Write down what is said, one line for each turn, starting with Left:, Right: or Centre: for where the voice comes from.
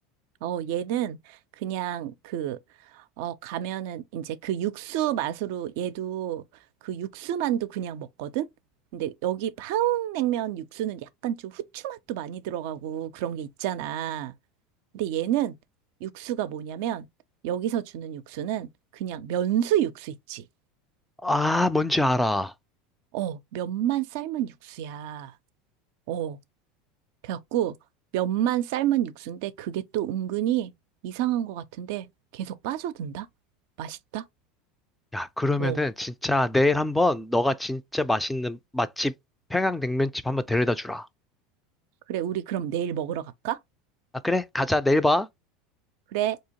Right: 어, 얘는 그냥 그, 어, 가면은 이제 그 육수 맛으로 얘도 그 육수만도 그냥 먹거든? 근데 여기 한국냉면 육수는 약간 좀 후추 맛도 많이 들어가고 그런 게 있잖아. 근데 얘는 육수가 뭐냐면 여기서 주는 육수는 그냥 면수 육수 있지.
Centre: 아, 뭔지 알아.
Right: 어, 면만 삶은 육수야. 어, 그래갖고 면만 삶은 육수인데 그게 또 은근히 이상한 것 같은데 계속 빠져든다? 맛있다?
Centre: 야, 그러면은
Right: 어,
Centre: 진짜 내일 한번 너가 진짜 맛있는 맛집 평양냉면집 한번 데려다 주라.
Right: 그래, 우리 그럼 내일 먹으러 갈까?
Centre: 아, 그래? 가자. 내일 봐.
Right: 그래.